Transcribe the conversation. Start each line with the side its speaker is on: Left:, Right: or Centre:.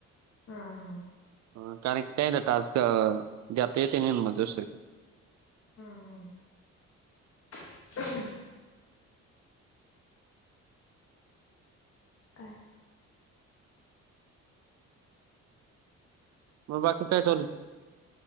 Left: हा हा.
Right: अ कारण की काय आहे ना टास्क जात येते नाही म दुसरी
Left: हा हा. <unintelligible> काय
Right: मग बाकी काय चालु?